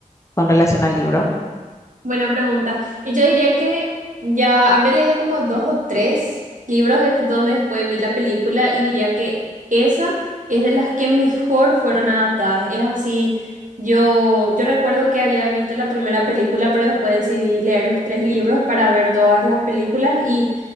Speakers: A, on the left; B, on the right.
A: con relación al libro?
B: Buena pregunta. Y yo diría que ya habré leído como dos o tres libros de- donde después vi la película y diría que esa es de las que mejor fueron adaptadas. Es así, yo, yo recuerdo que había visto la primera película, pero después decidí leer los tres libros para ver todas las películas y